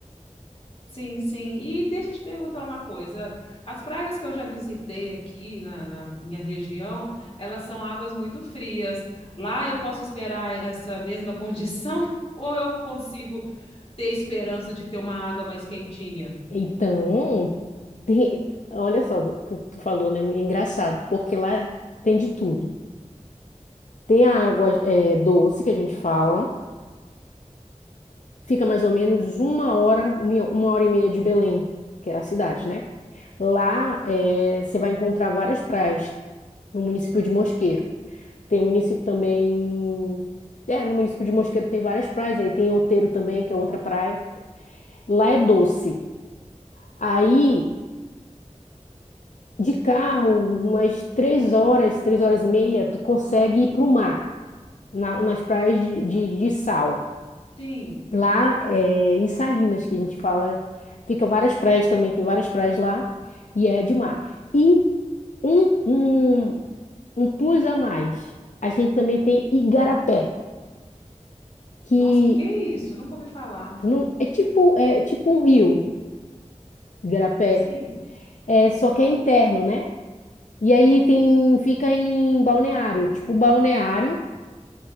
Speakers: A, on the left (about 50°); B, on the left (about 75°).
A: sim, sim. E deixa eu te perguntar uma coisa. As praias que eu já visitei aqui na, na minha região, elas são águas muito frias. Lá eu posso esperar essa mesma condição <laughs> ou eu consigo ter esperança de ter uma água mais quentinha?
B: Então, tem... olha só o que tu falou, né? É engraçado, porque lá tem de tudo. Tem a água é, doce que a gente fala. Fica mais ou menos uma hora, uma hora e meia de Belém, que é a cidade, né? Lá eh, você vai encontrar várias praias no município de Mosqueiro. Tem município também. É, no município de Mosqueiro tem várias praias, aí tem Outeiro também, que é outra praia. Lá é doce. Aí, de carro, umas três horas, três horas e meia, tu consegue ir para o mar, na- nas praias de, de, de sal.
A: Sim.
B: Lá é, em Salinas, que a gente fala, fica várias praias também, tem várias praias lá, e é de mar. E um, um, um plus a mais, a gente também tem Igarapé, que
A: Nossa, o que que é isso? Nunca ouvi falar.
B: não, é tipo, é tipo um rio, Igarapé,
A: Sim.
B: é, só que é interno, né? E aí tem, fica em balneário, tipo balneário,